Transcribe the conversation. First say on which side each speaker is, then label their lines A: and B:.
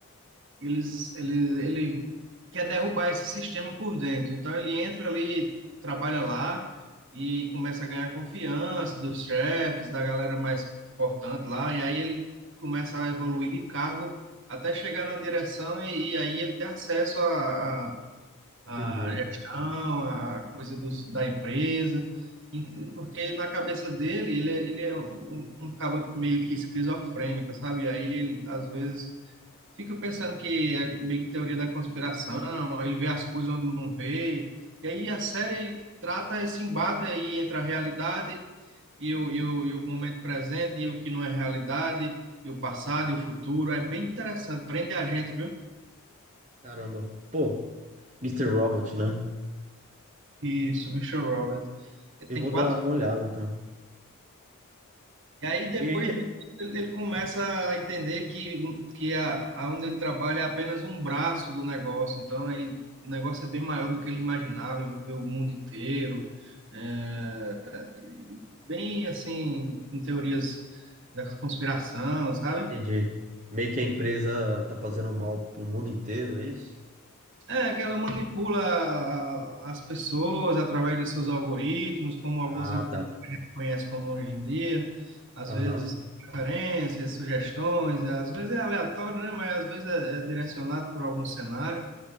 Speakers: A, on the right; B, on the right.
A: eles, ele, ele quer derrubar esse sistema por dentro. Então ele entra ali, trabalha lá e começa a ganhar confiança dos chefes, da galera mais importante lá, e aí ele começa a evoluir de cargo até chegar na direção e, e aí ele tem acesso à à-
B: entendi.
A: à gestão, à coisa dos, da empresa. Ent- Porque na cabeça dele, ele é, ele é um, um um cabo meio que esquizofrênico, sabe? E aí, ele, às vezes, Fico pensando que é meio que teoria da conspiração, ele vê as coisas onde não vê. E aí a série trata esse embate aí entre a realidade e o, e o, e o momento presente, e o que não é realidade, e o passado e o futuro. É bem interessante, prende a gente, viu?
B: Caramba. Pô, Mister Robot, né?
A: Isso, Michelle Robert.
B: Eu
A: Tem
B: vou
A: quatro
B: dar uma olhada então.
A: E aí, depois
B: E que-
A: de um tempo, ele ele começa a entender que, que a, a onde ele trabalha é apenas um braço do negócio. Então, ele, o negócio é bem maior do que ele imaginava, envolveu o mundo inteiro. É, bem, assim, com teorias da conspiração, sabe?
B: Entendi. Meio que a empresa tá fazendo um mal pro mundo inteiro, é isso?
A: É, que ela manipula as pessoas através dos seus algoritmos, como algumas
B: Ah,
A: empresas
B: tá.
A: que a gente conhece como hoje em dia, às
B: Aham,
A: vezes preferências, sugestões, às vezes é aleatório, né? Mas às vezes é, é direcionado por algum cenário.